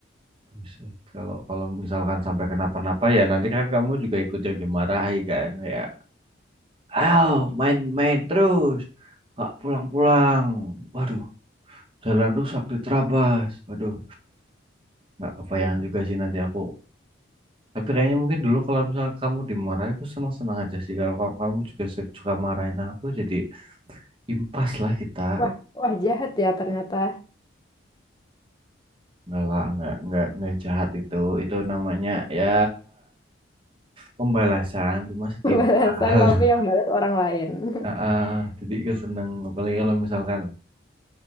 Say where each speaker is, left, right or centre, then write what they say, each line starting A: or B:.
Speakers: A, on the right; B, on the left.
A: Buset, Kalau kalau misalkan sampai kenapa-napa ya nanti kan kamu juga ikut yang dimarahi kan ya. Ayo main-main terus, nggak pulang-pulang. Waduh, jalan rusak diterabas. Waduh, nggak kebayang
B: Iya.
A: juga sih nanti aku. Tapi kayaknya mungkin dulu kalau misalnya kamu dimarahi aku senang-senang aja sih. Kalau kamu kamu juga ser- suka marahin aku jadi impas lah kita.
B: Wah, wah jahat ya ternyata.
A: Enggak lah, enggak, enggak, enggak jahat itu. Itu namanya ya pembalasan, cuma
B: <laughs>
A: setimpal.
B: Balasan tapi yang balas orang lain. <laughs>
A: Ah, ah, jadi ikut seneng apalagi kalau misalkan